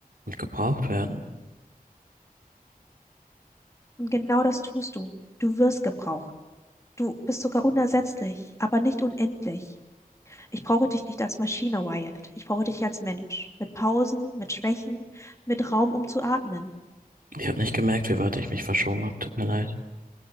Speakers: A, on the right; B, on the left.
A: und gebraucht werden.
B: Und genau das tust du. Du wirst gebraucht. Du bist sogar unersetzlich, aber nicht unendlich. Ich brauche dich nicht als Maschine, Wyatt. Ich brauche dich als Mensch. Mit Pausen, mit Schwächen, mit Raum, um zu atmen.
A: Ich habe nicht gemerkt, wie weit ich mich verschoben habe. Tut mir leid.